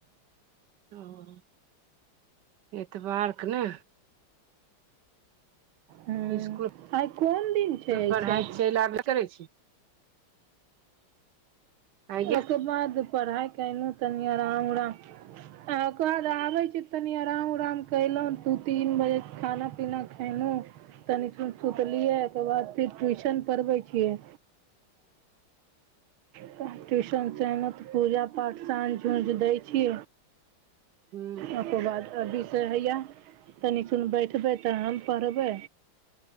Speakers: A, on the right; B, on the right.
A: ओ एतबारके ने
B: हँ
A: इस्कुल
B: आइ कोन दिन छै अइसे
A: पढ़ाइ चलि आबे ने करै छी आइ गे
B: ओकर बाद पढ़ाइ कयलौं तनी आराम ओराम आ ओकर बाद आबै छी तनी आराम उराम कयलहुँ दू तीन बजे खाना पीना खेलहु तनी सुत सुतलियै ओ बाद फेर ट्यूशन पढ़बै छियै <unintelligible> ट्यूशन से एलौं तऽ पूजा पाठ साँझ उंझ दै छी
A: हू
B: ओकर बाद अभी से हइए तनिसन बैठबै तऽ हम पढ़बै